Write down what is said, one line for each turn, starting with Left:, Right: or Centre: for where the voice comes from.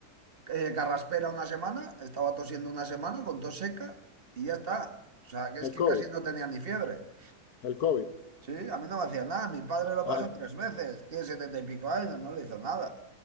Right: eh, carraspera una semana, estaba tosiendo una semana con tos seca y ya está. O sea, que es
Left: El
Right: que
Left: COVID,
Right: casi no tenía ni fiebre.
Left: el COVID.
Right: Sí, a mí no me hacía nada. Mi padre lo
Left: A,
Right: pasó tres veces. Tiene setenta y pico años, no le hizo nada.